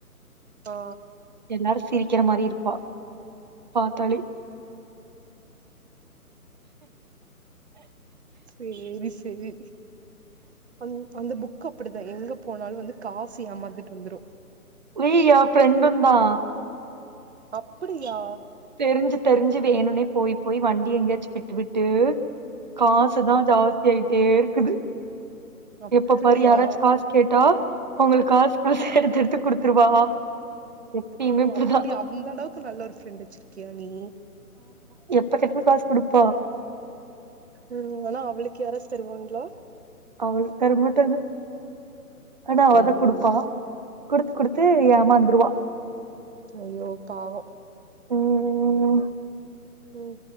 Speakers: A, on the right; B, on the right.
A: ஆ
B: எல்லாரு சிரிக்கிற மாரி இருப்பா பாத்தாலே
A: சேரி சேரி அந் அந்த புக்கு அப்படிதா எங்க போனால் வந்து காசு ஏமரந்துட்டு வந்துரு
B: விய் ஃப்ரெண்டுந்தா
A: அப்படியா
B: தெரிஞ்சு தெரிஞ்சு வேணுனே போய் போய் வண்டி எங்கயாச்சு விட்டு விட்டு காசு
A: ம்
B: தா ஜாஸ்தியயிட்டே இருக்குது
A: அப்படியா
B: எப்ப பாரு யாராச்சு காசு கேட்டா அவங்களுக்கு காசு காசு எடுத்து எடுத்து குடுத்துருவா எப்பயுமே
A: ஓ
B: இப்படிதான்.
A: அப்டி அந்த அளவுக்கு நல்ல ஒரு ஃப்ரெண்ட் வச்சிருக்கியா நீ
B: இப்ப கேட்டாலு காசு குடுப்பா
A: ம் ஆனா அவளுக்கு யாராச்சு தருவாங்களா
B: அவளுகு தரமாட்டாங்க ஆனா அவதா
A: ஐயோ
B: குடுப்பா குடுத்து குடுத்து ஏமாந்துருவா
A: ஐய்யோ பாவோ
B: ம் ம்
A: ம்